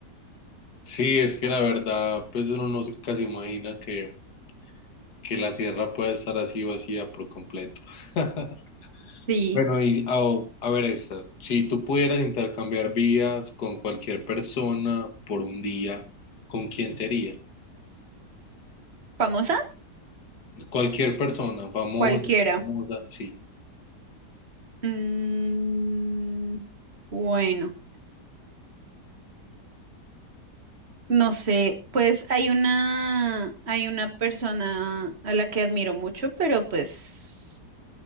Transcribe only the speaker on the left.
Sí, es que la verdad, pues uno no se casi imagina que, que la Tierra pueda estar así vacía por completo. <laughs>
Bueno, y a, a ver esta, si tú pudieras intercambiar vidas con cualquier persona por un día, ¿con quién sería?
Cualquier persona, famosa,
no famosa, sí.